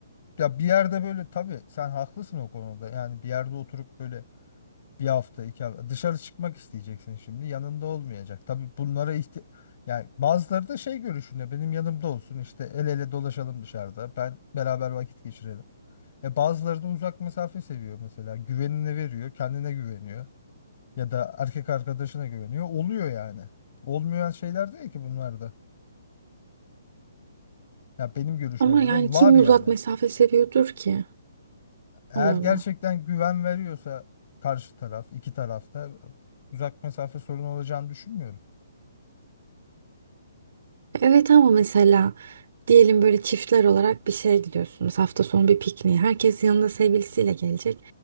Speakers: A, on the left; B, on the right.
A: ya bir yerde böyle tabii sen haklısın o konuda. Yani bir yerde oturup böyle Bir hafta, iki hafta. Dışarı çıkmak isteyeceksin şimdi. Yanında olmayacak. Tabii bunlara ihti yani bazıları da şey görüşünde benim yanımda olsun işte el ele dolaşalım dışarıda. Ben beraber vakit geçirelim. E bazıları da uzak mesafe seviyor mesela. güvenine veriyor, kendine güveniyor ya da erkek arkadaşına güveniyor. Oluyor yani. Olmayan şeyler değil ki bunlar da. Ya benim görüşüme
B: ama
A: göre
B: yani
A: var
B: kim
A: yani.
B: uzak mesafe seviyordur ki?
A: Eğer
B: Allah
A: gerçekten
B: Allah.
A: güven veriyorsa karşı taraf, iki tarafta e, uzak mesafe sorunu olacağını düşünmüyorum.
B: Evet ama mesela diyelim böyle çiftler olarak bir şeye gidiyorsunuz. Hafta sonu bir pikniğe. Herkes yanında sevgilisiyle gelecek.